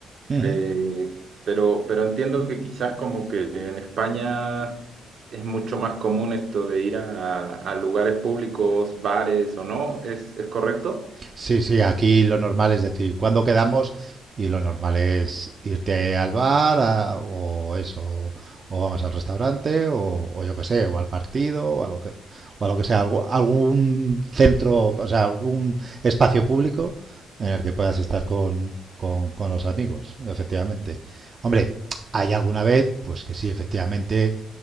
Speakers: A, on the right; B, on the right.
A: Ujú.
B: Eh, pero, pero entiendo que quizás como que en España es mucho más común esto de ir a, a lugares públicos, bares o no. ¿Es, es correcto?
A: Sí, sí, aquí lo normal es decir, ¿cuándo quedamos? Y lo normal es irte al bar a- o eso, o, vamos al restaurante, o, o yo qué sé, o al partido, o a lo que, o lo que sea, algún centro, o sea, algún espacio público en el que puedas estar con, con- con los amigos, efectivamente. Hombre, hay alguna vez, pues que sí, efectivamente,